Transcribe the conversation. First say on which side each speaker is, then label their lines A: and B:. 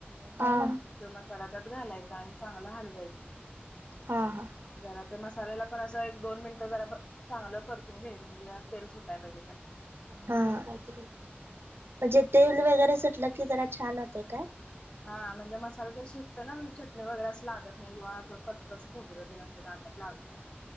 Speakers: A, on the right; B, on the left.
A: हा
B: तो मसाला त्यात घालायचा आणि चांगलं हलवायचं.
A: हां हां.
B: जरा ते मसाल्याला पण असं एक दोन मिनिटं जरा चांगलं परतून घ्यायचं म्हणजे तेल सुटायं पाहिजे त्याला.
A: हा म्हणजे तेल वगैरे सुटलं कि जरा छान होते काय?
B: हा म्हणजे मसाले तर शिजते ना म्हणजे चटणी वगैरे असं लागत नाही किंवा असं कचकच खोबर न ते असं दातात लागत नाही.